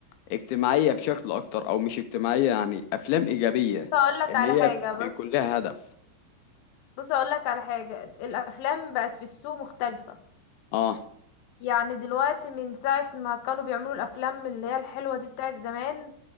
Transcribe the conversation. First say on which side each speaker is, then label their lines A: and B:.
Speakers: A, on the left; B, on the left.
A: اجتماعية بشكل أكتر أو مش اجتماعية يعني أفلام إيجابية
B: اقول لك
A: اللي
B: على حاجه
A: هي بيكون
B: بص
A: لها هدف
B: بص اقول لك على حاجه الافلام بقت في السوق مختلفه
A: آه
B: يعني دلوقتي من ساعه ما كانوا بيعملوا الافلام اللي هي الحلوه دي بتاعت زمان